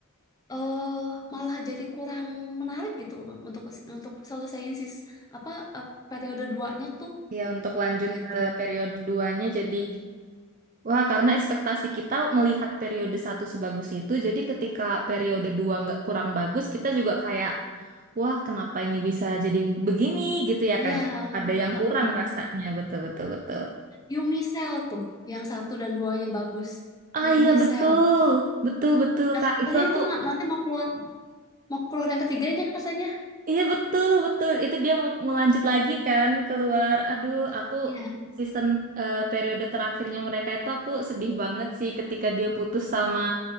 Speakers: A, on the left; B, on the right.
A: eh malah jadi kurang menarik gitu untuk untuk selesaiin sis apa eh, periode duanya tuh
B: Ya, untuk lanjut
A: gitu.
B: ke periode duanya jadi Wah, karena ekspektasi kita melihat periode satu sebagus itu, jadi ketika periode dua nggak kurang bagus, kita juga kayak, wah, kenapa ini bisa jadi begini gitu ya
A: Iya,
B: kan? Ada yang
A: heeh.
B: kurang rasanya, betul betul betul.
A: Yumi Cell tuh yang satu dan duanya bagus.
B: Ah
A: Yumi
B: iya betul,
A: Cell.
B: betul betul
A: Katanya
B: Kak. Itu aku,
A: itu na- nanti mau keluar mau keluar yang ketiganya katanya.
B: iya betul betul. Itu dia mau melanjut lagi kan keluar. Aduh, aku
A: Iya.
B: season eh, periode terakhirnya mereka itu aku sedih banget sih ketika dia putus sama